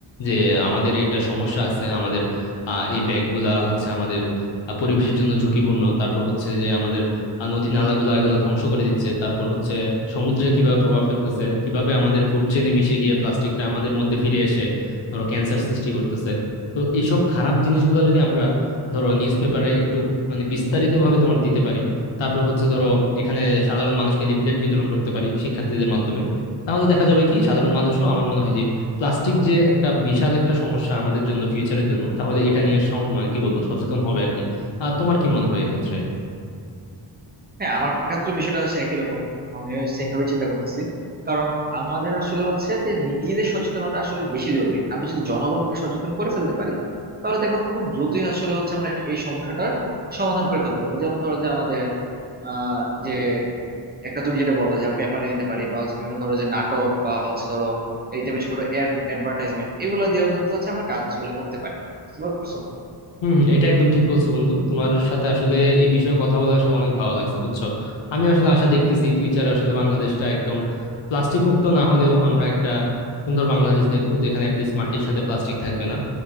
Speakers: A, on the left; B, on the right.
A: যে আমাদের এটা সমস্যা আছে আমাদের আহ এই ব্যাগগুলা হচ্ছে আমাদের আহ, পরিবেশের জন্য ঝুঁকিপূর্ণ তারপর হচ্ছে যে আমাদের আর নদী নালাগুলো এগুলো ধ্বংস করে দিচ্ছে তারপর হচ্ছে সমুদ্রে কিভাবে প্রভাব ফেলতেছে কিভাবে আমাদের ফুড চেইনে মিশে গিয়ে প্লাস্টিকটা আমাদের মধ্যে ফিরে এসে ধরো ক্যান্সার সৃষ্টি করতেছে তো এইসব খারাপ জিনিসগুলো যদি আমরা ধরো নিউজ পেপারে একটু মানে বিস্তারিত ভাবে তোমার দিতে পারি তারপর হচ্ছে ধরো এখানে সাধারণ মানুষকে লিফলেট বিতরণ করতে পারি শিক্ষার্থীদের মাধ্যমে তাহলে দেখা যাবে কি সাধারণ মানুষও আমার মনে হয় যে প্লাস্টিক যে একটা বিশাল একটা সমস্যা আমাদের জন্য ফিউচারের জন্য তাহলে এটা নিয়ে সম- মানে কি বলবো সচেতন হবে আর কি আহ তোমার কি মনে হয় এক্ষেত্রে
B: হ্যাঁ আমার ক্ষেত্রে বিষয়টা হচ্ছে একই রকম আমি সেম ভাবে চিন্তা করতেছি কারণ আমাদের আসলে হচ্ছে যে নিজেদের সচেতনতা আসলে বেশি জরুরি আমরা যদি জনগণকে সচেতন করে ফেলতে পারি তাহলে দেখবো খুব দ্রুতই আসলে হচ্ছে আমরা এই সমস্যাটার সমাধান করে ফেলতে পারবো যেমন ধরো যে আমাদের আহ যে একটা তুমি যেটা বললে যে আমি পেপারে দিতে পারি বা হচ্ছে বিভিন্ন ধরো যে নাটক বা হচ্ছে ধরো এই টাইপের ছোট অ্যাডভার্টাইজমেন্ট এগুলো দিয়েও কিন্তু হচ্ছে আমরা কাজগুলো করতে পারি বুঝতে পারছো
A: হম হম, এটা একদম ঠিক বলছো বন্ধু তোমার সাথে আসলে এই বিষয়ে কথা বলে আসলে অনেক ভালো লাগছে বুঝছো আমি আসলে আশা দেখতেছি ফিউচার আসলে বাংলাদেশটা একদম প্লাস্টিক মুক্ত না হলেও আমরা একটা সুন্দর বাংলাদেশ দেখবো যেখানে অ্যাটলিস্ট মাটির সাথে প্লাস্টিক থাকবে না